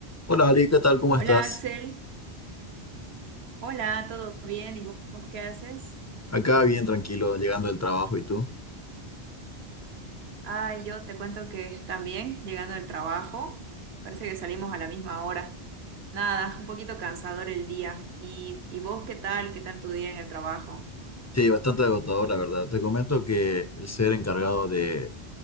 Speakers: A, on the left (about 20°); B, on the right (about 70°).
A: Hola Ali, ¿qué tal? ¿Cómo
B: Hola
A: estás?
B: Axel, hola, ¿todo bien? ¿Y vos qué haces?
A: Acá bien tranquilo, llegando del trabajo, ¿y tú?
B: Ah, yo te cuento que también llegando del trabajo, parece que salimos a la misma hora. Nada, un poquito cansador el día. ¿Y, y vos qué tal? ¿Qué tal tu día en el trabajo?
A: Sí, bastante agotador, la verdad. Te comento que el ser encargado de